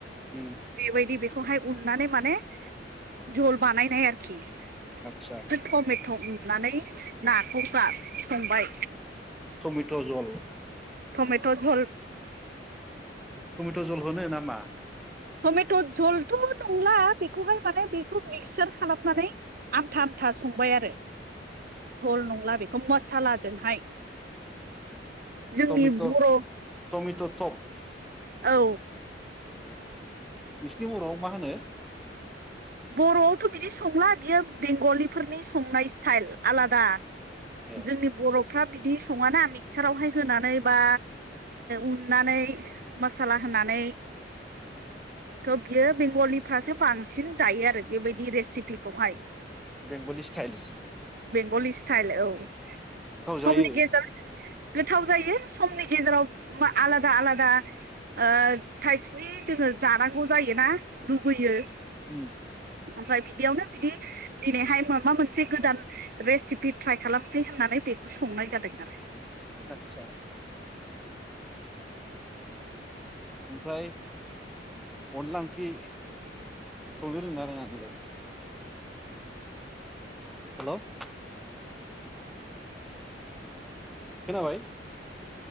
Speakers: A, in the centre; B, on the right.
A: उम
B: बेबायदि । खौहाय उननानै माने झल बानायनाय आरोखि ।
A: आदसा
B: टमेट' उननानै नाखौ गार संबाय
A: टमेट' जल
B: टमेट' झल
A: टमेट' जल होनो नामा?
B: टमेट' जझलथ' नंला बेखौहाय माने बेखौ मिक्सार खालामनानै आमथा आमथा सङो संबाय आरो झल नंला बेखौ मसालाजोंहाय जोंनि
A: टमेट'
B: बर'
A: टमेट' थप
B: औ
A: नोंसिनि बर'आव मा होनो
B: बर'आवथ' बिदि संला बियो बेंगलिफोरनि संनाय स्टाइल आलादा
A: ए
B: जोंनि बर'फ्रा बिदि सङाना मिक्सारावहाय होनानै बा उननानै मसाला होनानै थ बियो बेंगलिफ्रासो बांसिन जायो आरो बेबायदि रेसिपिखौहाय
A: बेंगलि सटाइल
B: बेंगलि स्टाइल औ समनि
A: जायो
B: गेजेराव गोथाव जायो समनि गेजेराव मा आलादा आलादा ओ थाइपनि जोङो जानांगौ जायो ना लुबैयो ।
A: उम
B: ओमफाय बिदियावनो बिदि दिनैहाय माबा मोनसे गोदान रेसिपि ट्राय खालामसै होननानै बेखौ संनाय जादों आरो ।
A: आच्छा। ओमफ्राय अनला ओंख्रि संनो रोङोना रोङा नोंलाय? हेलौ । खोनाबाय?